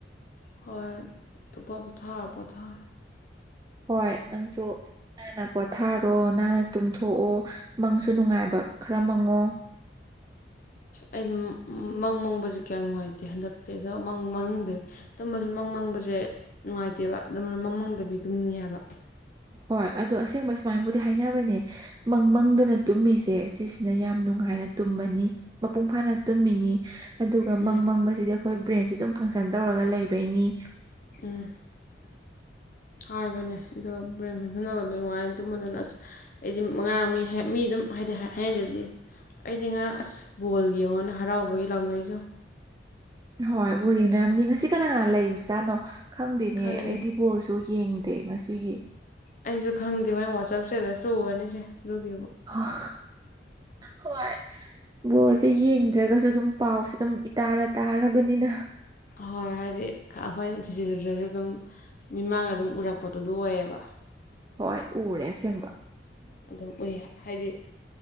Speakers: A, on the left; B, on the right.
A: ꯍ ꯇꯨꯞꯄ ꯄꯊꯥ ꯄꯊꯥ
B: ꯍꯣꯏ ꯑꯁꯨ ꯄꯣꯊꯥꯔꯣ ꯅꯥꯟꯅ ꯇꯨꯝꯊꯣꯛꯑꯣ ꯃꯪꯁꯨ ꯅꯨꯡꯉꯥꯏꯕ ꯈꯔ ꯃꯪꯉꯣ
A: ꯑꯩꯅ ꯃꯪ ꯃꯪꯕꯁꯦ ꯀꯌꯥ ꯅꯨꯡꯉꯥꯏꯇꯦ ꯍꯟꯗꯛꯇꯤ ꯑꯗꯣ ꯃꯪ ꯃꯪꯗꯦ ꯇꯨꯝꯝꯕꯁꯦ ꯃꯪ ꯃꯪꯕꯁꯦ ꯦ ꯅꯨꯡꯉꯥꯏꯇꯦꯕ ꯑꯗꯨꯅ ꯃꯃꯥꯡꯗꯕꯤ ꯑꯗꯨꯝꯅꯤꯉꯦ ꯍꯥꯏꯕ
B: ꯍꯣꯏ ꯑꯗꯣ ꯑꯁꯦꯡꯕ ꯁꯨꯃꯥꯏꯅꯕꯨꯗꯤ ꯍꯥꯏꯅꯕꯅꯦ ꯃꯪꯗꯅ ꯇꯨꯝꯁꯦ ꯁꯤꯁꯤꯅ ꯌꯥꯝ ꯅꯨꯡꯉꯥꯏꯅ ꯇꯨꯝꯅꯤ ꯃꯄꯨꯡ ꯐꯥꯅ ꯇꯨꯝꯃꯤꯅꯤ ꯑꯗꯨꯒ
A: ꯎꯝ
B: ꯃꯪ ꯃꯪꯕꯁꯤꯗꯤ ꯑꯩꯈꯣꯏ ꯕ꯭ꯔꯦꯟꯁꯦ ꯑꯗꯨꯝ ꯐꯪꯁꯟ ꯇꯧꯔꯒ ꯂꯩꯕꯩꯅꯤ
A: ꯎꯝ ꯍꯥꯏꯕꯅꯦ ꯑꯗꯨ ꯊꯪꯅ ꯅꯨꯡꯉꯥꯏ ꯇꯨꯝꯕꯗꯨꯅ ꯑꯁ ꯑꯩꯗꯤ ꯉꯉꯥꯡ ꯃꯤ ꯃꯤ ꯑꯗꯨꯝ ꯍꯥꯏꯗꯤ ꯍꯌꯦꯡꯗ꯭ꯔꯗꯤ ꯑꯩꯗꯤ ꯉꯔꯥꯡ ꯑꯁ ꯕꯣꯜ ꯌꯦꯡꯉꯣꯅꯦ ꯍꯔꯥꯎꯕꯒꯤ ꯂꯥꯎꯅꯔꯤꯁꯨ
B: ꯍꯣꯏ ꯕꯣ ꯌꯦꯡꯅꯌꯥꯝꯅꯤ ꯉꯁꯤ ꯀꯅꯥ ꯀꯅꯥ ꯂꯩꯖꯥꯠꯅꯣ ꯈꯪꯗꯦꯅꯦ
A: ꯈꯪꯗꯦ
B: ꯑꯩꯗꯤ ꯕꯣꯁꯨ ꯌꯦꯡ ꯇꯦ ꯉꯁꯤꯒꯤ
A: ꯑꯩꯁꯨ ꯈꯪꯗꯦ ꯍꯣꯏ ꯋꯥꯆꯞꯁꯦ ꯔ ꯁ ꯎꯔꯅꯤꯁꯦ ꯑꯗꯨꯒꯤꯕꯨ
B: ꯑꯣ ꯍꯣꯏ ꯕꯣꯁꯦ ꯌꯦꯡꯗ꯭ꯔꯒꯁꯨ ꯑꯗꯨꯝ ꯄꯥꯎꯁꯦ ꯑꯗꯨꯝ ꯏꯇꯥꯗ ꯇꯥꯔꯕꯅꯤꯅ
A: ꯍꯣꯏ ꯍꯥꯏꯗꯤ ꯑꯩꯈꯣꯏꯅ ꯊꯤꯖꯤꯗꯁꯨ ꯑꯗꯨꯝ ꯃꯤꯃꯥꯡꯅ ꯑꯗꯨꯝ ꯎꯔꯛꯄꯗꯨꯗ ꯑꯣꯏꯌꯦꯕ
B: ꯍꯣꯏ ꯎꯔꯦ ꯑꯁꯦꯡꯕ
A: ꯑꯗꯨꯝ ꯎꯏꯌꯦ ꯍꯥꯏꯗꯤ